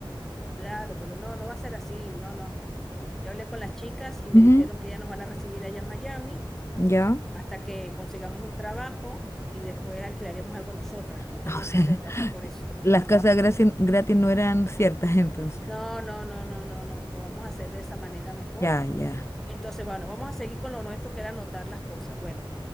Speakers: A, in the centre; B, on the left.
A: Claro, pero no, no va a ser así. No, no. Yo hablé con las chicas y me
B: Ujú.
A: dijeron que ya nos van a recibir allá en Miami
B: ¿ya?
A: hasta que consigamos un trabajo y después alquilaríamos algo nosotras.
B: <laughs>
A: No tenemos
B: Ah, O sea,
A: que hacer
B: <laughs>
A: pasar por eso. No.
B: las casas gratis, gratis no eran ciertas entonces.
A: No, no, no, no, no, no, lo vamos a hacer de esa manera mejor.
B: Ya, ya,
A: Entonces, bueno, vamos a seguir con lo nuestro que era anotar las cosas. Bueno,